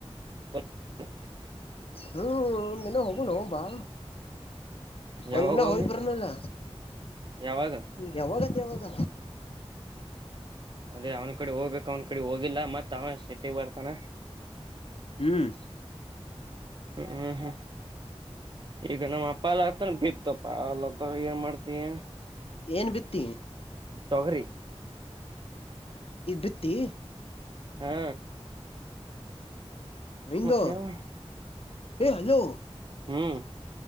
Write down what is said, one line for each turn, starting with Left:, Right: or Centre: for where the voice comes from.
Right: <unintelligible>
Left: ಹ್ಮ್ ನೆಲ್ ಹೋಗೊಣು ಬಾ.
Right: ಯಾವಾಗ
Left: ಒನ್ನ ಹೋಗಿದ್ಬರಣಲ್ಲ
Right: ಒಮ್ಮಿ ಯಾವಾಗ
Left: ಯಾವಗ ಇದ್ ಯಾವಾಗ
Right: ಅದೇ ಅವ್ನ ಕಡೆ ಹೋಗ್ಬೇಕು ಅವ್ನ ಕಡೆ ಹೋಗಿಲ್ಲ ಮತ್ ಅವ ಸಿಟ್ಟಿಗ್ ಬರ್ತಾನ.
Left: ಹ್ಮ್
Right: ಹ್ಮ್ ಹ್ಮ್ ಹ್ಮ್ ಈಗ ನಮ್ಮಪ್ಪಾಲ ಹತಾನ ಬಿತ್ತಪ್ಪಲ್ಂತ ಏನ್ ಮಾಡ್ತಿಯ.
Left: ಏನ್ ಬಿತ್ತಿ.
Right: ತೊಗ್ರಿ
Left: ಈಗ್ ಬಿತ್ತಿ
Right: ಹಾ
Left: ರೈನ್ದು
Right: ಮತ್ತೇನ್
Left: ಎ ಹಲೋ.
Right: ಹ್ಮ್